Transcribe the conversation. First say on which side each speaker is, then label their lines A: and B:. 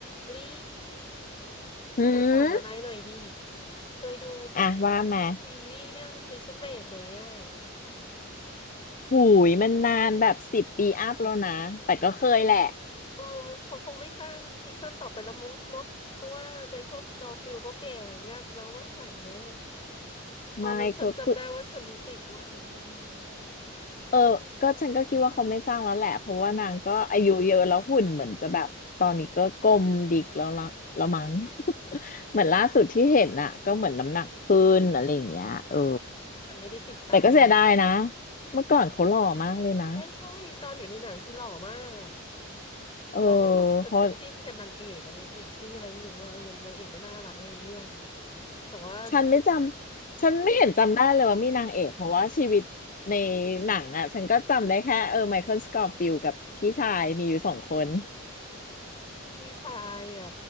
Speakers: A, on the left; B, on the left.
A: ลี่
B: อืม
A: ฉันถามอะไรหน่อยดี เคยดู
B: อ่ะว่ามา
A: ซีรีส์เรื่อง Prison Break ไหมอ่ะ
B: หูยมันนานแบบสิบปีอัพแล้วนะแต่ก็เคยแหละ
A: เออเขาคงไม่สร้างซีซั่นต่อไปแล้วมั้งเนาะเพราะว่าไมเคิลสก f ฟิล d ก็แก่งักแล้วมั้งป่านเนี้ย
B: ไม่ก็คือ
A: ตอนนั้นฉันจำได้ว่าฉันติดมากอืม
B: เออก็ฉันก็คิดว่าเขาไม่สร้างแล้วแหละเพราะว่านางก็อายุเยอะแล้วหุ่นเหมือนจะแบบตอนนี้ก็กลมดิกแล้วละแล้วมั้ง <laughs> เหมือนล่าสุดที่เห็นน่ะก็เหมือนน้ำหนักขึ้นอะไรอย่างเงี้ยเออ
A: ฉันไม่ได้ติดตามเลย
B: แต่ก็เสียดายนะเมื่อก่อนเขาหล่อมากเลยนะ
A: ใช่ใช่ตอนอยู่ในหนังคือหล่อมากอ่ะ
B: เออ
A: เราก็แบบฉันก็จิ้นกับนางเอกอ่ะนางเอกชื่ออะไรไม่รู้ว่าเออนางเอกก็น่ารักในเรื่อง
B: พอ
A: แต่ว่า
B: ฉันไม่จำ ฉันไม่เห็นจำได้เลยว่ามีนางเอกเพราะว่าชีวิตในหนังอ่ะฉันก็จำได้แค่เออไมเคิลสกอ f ฟิลกับพี่ชายมีอยู่สองคน
A: พี่ชายอ่ะ